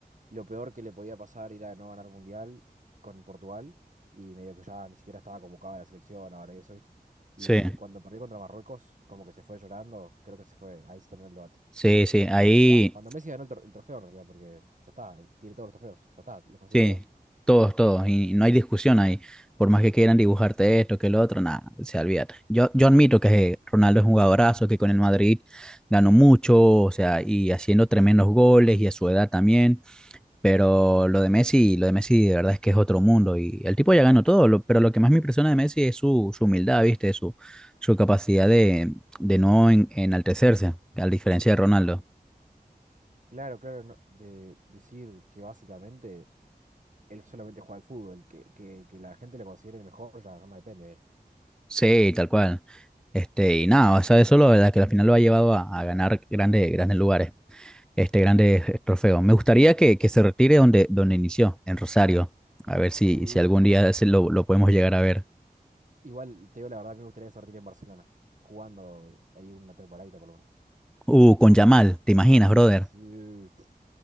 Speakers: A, on the right (about 50°); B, in the centre.
A: lo peor que le podía pasar era no ganar Mundial con Portugal y medio que ya ni siquiera estaba convocado a la selección ahora y eso, ¿viste?
B: Sí.
A: Y eh, cuando perdió contra Marruecos, como que se fue llorando, creo que se fue, ahí se terminó el debate.
B: Sí, sí,
A: Porque,
B: ahí
A: va, cuando Messi ganó el, tro- el trofeo en realidad, porque ya está, tiene todos los trofeos, ya está, los consiguió
B: Sí,
A: todos.
B: todos, todos, y no hay discusión ahí. Por más que quieran dibujarte esto, que lo otro, nada, se olvídate. Yo, yo admito que Ronaldo es un jugadorazo, que con el Madrid ganó mucho, o sea, y haciendo tremendos goles y a su edad también, pero lo de Messi, lo de Messi de verdad es que es otro mundo y el tipo ya ganó todo, lo- pero lo que más me impresiona de Messi es su, su humildad, ¿viste? Su, su capacidad de, de no en- enaltecerse, a diferencia de Ronaldo.
A: Claro, claro, no- de decir que básicamente él solamente juega al fútbol, que, que, que la gente lo considere el mejor ya no depende de él.
B: Sí, tal cual. Este, y nada, o sea, eso lo verdad que al final lo ha llevado a, a ganar grandes, grandes lugares, este, grandes eh, trofeos. Me gustaría que, que se retire donde, donde inició, en Rosario. A ver si,
A: Sí,
B: si algún
A: sí,
B: día
A: sí.
B: se lo, lo podemos llegar a ver.
A: Igual, te digo la verdad, me gustaría sortir en Barcelona, jugando ahí una temporadita por lo menos.
B: Uh, con Yamal, ¿te imaginas, brother?
A: Sí, pf,